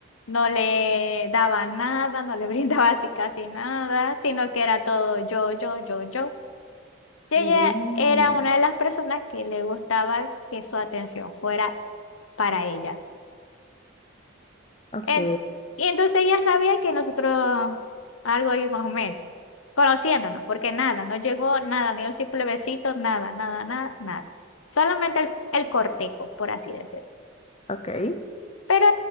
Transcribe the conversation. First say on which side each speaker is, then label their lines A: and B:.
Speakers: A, on the left; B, on the left.
A: no le daba nada, no le <laughs> brindaba así casi nada, sino que era todo yo, yo, yo, yo. que
B: Mm.
A: ella era una de las personas que le gustaba que su atención fuera para ella.
B: Ok,
A: En- y entonces ella sabía que nosotros algo ahí más o menos, conociéndonos, porque nada, no llegó nada, ni un simple besito, nada, nada, nada, nada. Solamente el, el cortejo, por así decirlo.
B: ok.
A: Pero